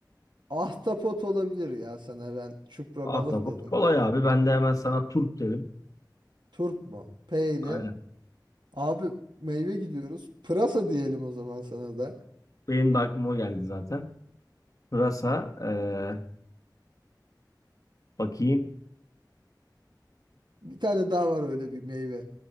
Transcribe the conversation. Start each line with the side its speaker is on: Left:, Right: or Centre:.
Right: Ahtapot olabilir ya sana ben. Çupra
Left: Ahtapot
Right: balık dedim.
Left: kolay abi. Ben de hemen sana turp derim.
Right: Turp mu? P ile.
Left: Aynen.
Right: Abi meyve gidiyoruz. Pırasa diyelim o zaman sana da.
Left: Benim de aklıma o geldi zaten. Pırasa. eee, bakayım.
Right: Bir tane daha var öyle bir meyve.